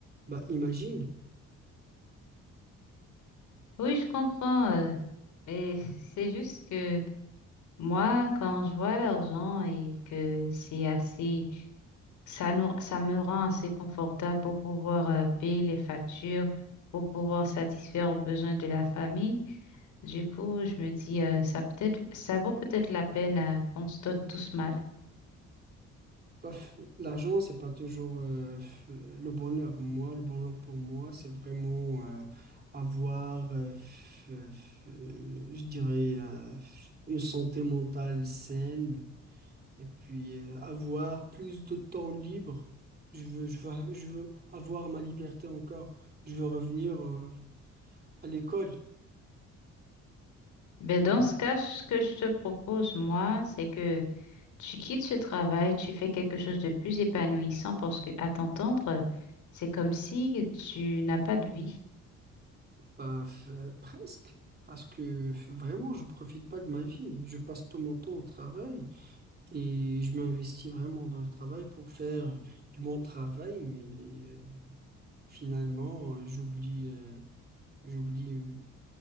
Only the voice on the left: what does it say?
Oui, je comprends. euh, mais c'est juste que moi, quand je vois l'argent et que c'est assez, ça nous, ça me rend assez confortable pour pouvoir euh, payer les factures, pour pouvoir satisfaire aux besoins de la famille. Du coup, je me dis, euh, ça peut-être, ça vaut peut-être la peine euh, qu'on se donne tous mal.
Ben, dans ce cas, ce que je te propose, moi, c'est que Tu quittes ce travail, tu fais quelque chose de plus épanouissant parce que, à t'entendre, c'est comme si tu n'as pas de vie.